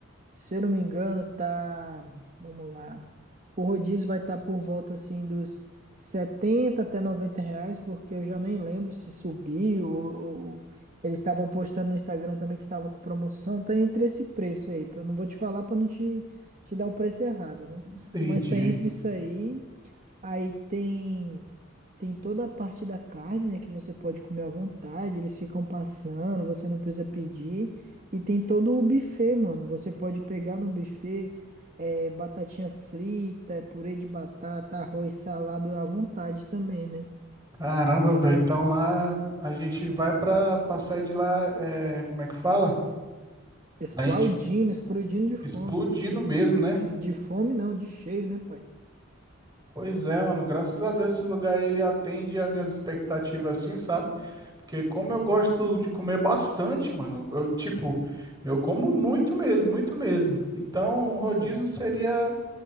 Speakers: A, on the right; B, on the right.
A: se eu não me engano, tá. Vamos lá. O rodízio vai estar por volta assim dos 70 até 90 reais, porque eu já nem lembro se subiu ou, ou- eles estavam postando no Instagram também que tava com promoção. Tá entre esse preço aí. Eu não vou te falar pra não te, te dar o preço errado, né?
B: entendi.
A: Mas tá entre isso aí. Aí tem tem toda a parte da carne, né, que você pode comer à vontade, eles ficam passando, você não precisa pedir. E tem todo o buffet, mano. Você pode pegar no buffet é, batatinha frita, purê de batata, arroz, salado à vontade também, né?
B: Caramba, velho. Então lá a gente vai pra, pra sair de lá, é, como é que fala?
A: Explodindo,
B: A gente
A: explodindo de fome.
B: explodindo
A: Des-
B: mesmo, né?
A: De fome não, de cheio, né, pai?
B: Pois é, mano. Graças a Deus esse lugar ele atende às minhas expectativas assim, sabe? Porque como
A: Sim,
B: eu gosto de comer bastante, mano, eu, eu, tipo, eu como muito mesmo, muito mesmo. Então o rodízio
A: sim.
B: seria